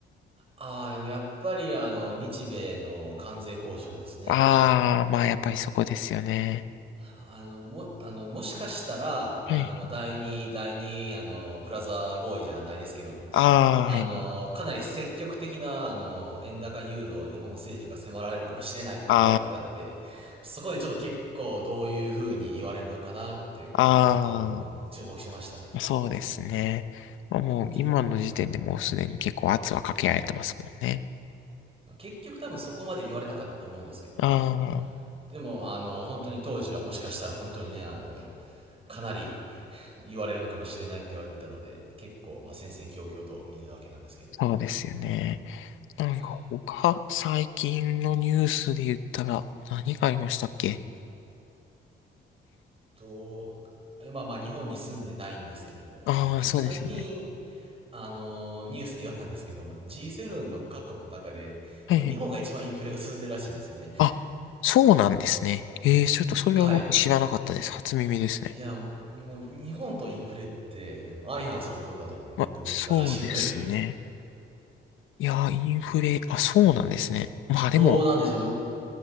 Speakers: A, on the right; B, on the left.
A: ああ、あの、やっぱり、あの、日米の関税交渉ですね。
B: ああー、まあやっぱりそこですよね。
A: あの、も、あの、もしかしたら、あの、
B: はい。
A: まあ、第二、第二、あの、プラザ合意じゃないですけども、
B: ああ、
A: あの、
B: はいはい。
A: かなり積極的な、あの、円高誘導を日本政府が迫られるかもしれないって言われてたので、
B: あ
A: そこでちょっと結構どういう風に言われるのかなって、
B: あ、
A: かん、あの、
B: ああ。
A: 注目してましたね。
B: そうですね。まあもう今の時点でもうすでに結構圧はかけられてますもんね。
A: まあ、け、はい。結局多分そこまで言われなかったと思うんですけども、
B: ああ、
A: でも、あの、本当に当時はもしかしたら本当にね、あの、かなり言われるのかもしれないって言われてたので、結構、まあ、戦々恐々と見てたわけなんですけども。
B: そうですよね。なんか他、
A: はい。
B: 最近のニュースで言ったら何がありましたっけ
A: と、今、まあ、日本に住んでないんですけども、
B: ああー、
A: あの、ちょっと最近、
B: そうですよね。
A: あの、ニュースで読んだんですけども、あの G7 の各国の中で、
B: はいはい。
A: 今、日本が一番インフレが進んでるらしいんですよね。
B: あ、そうなんですね。ええ、ちょっとそれは僕知らなかったです。
A: はい。
B: 初耳ですね。
A: いや、もう、日本とインフレって、相反する言葉だとね、
B: まあ、
A: みんな思ってたらしいので、
B: そうですね。いやー、インフレ、あ、そうなんですね。
A: <laughs>
B: まあでも、
A: どうなんでしょう。